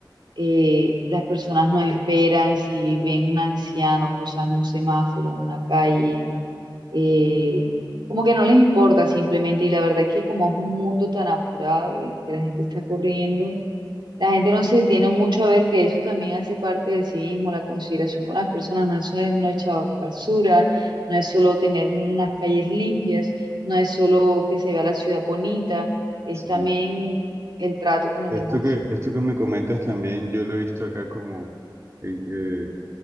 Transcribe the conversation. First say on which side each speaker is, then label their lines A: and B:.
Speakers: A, on the right; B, on the right.
A: eh, las personas no esperan si ven un anciano cruzando un semáforo, una calle, eh, como que no les importa simplemente y la verdad es que como es un mundo tan apurado y que la gente está corriendo, la gente no se tiene mucho a ver que eso también hace parte del civismo, la consideración con las personas, no es solo no echar basura, no es solo tener unas calles limpias, no es solo que se vea la ciudad bonita, es
B: Sí.
A: también el trato con los
B: Esto
A: demás.
B: que, esto que me comentas también, yo lo he visto acá como eh, eh,